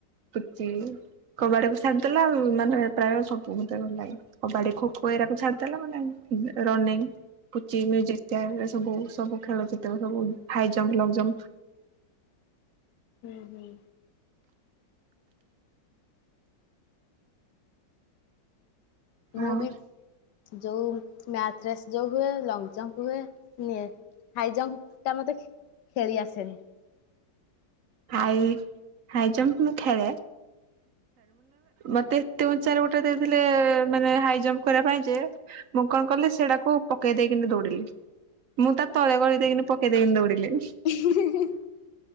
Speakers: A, on the right; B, on the left.
A: ପୁଚି। କବାଡ଼ିକୁୁ ଛାରିଦେଲା ଆଉ ମାନେ ପ୍ରାୟ ସବୁ ମତେ ଭଲ ଲାଗେ। କବାଡି ଖୋ ଖୋ ଏଇରାକୁ ଛାଡିଦେଲା ମାନେ ରନିଙ୍ଗ ପୁଚି ମ୍ୟୁଜିକ ଚେୟାର ଚି ସବୁ ସବୁ ଖେଳ ଜିତ ସବୁ ହାଇଜମ୍ପ ଲଙ୍ଗ ଜମ୍
B: ହୁଁ ହୁଁ ମୁଁ
A: ଆଉ
B: ବି ଯୋଉ ମାଥରେସ୍ ଯୋଉ ହୁଏ ଲଙ୍ଗ ଜମ୍ପ ହୁଏ ନିଏ। ହାଇଜମ୍ପ ଟା ମତେ ଖେଳି ଆସେନି।
A: ହାଇ ହାଇ ଜମ୍ପ ମୁଁ ଖେଳେ। ମତେ ତି ଚାରି ଗୋଟେ ଦେଇଥିଲେ ମାନେ ହାଇ ଜମ୍ପ କରିବା ପାଇଁ ଯେ ମୁଁ କଣ କଲି ସେଟାକୁ ପକେଇ ଦେଇକି ଦୌଡିଲି। ମୁଁ ତା ତଳେ ଗଳି ଦେଇକିନି ପକେଇ ଦେଇକି ଦୌଡ଼ିଲି।
B: <unintelligible>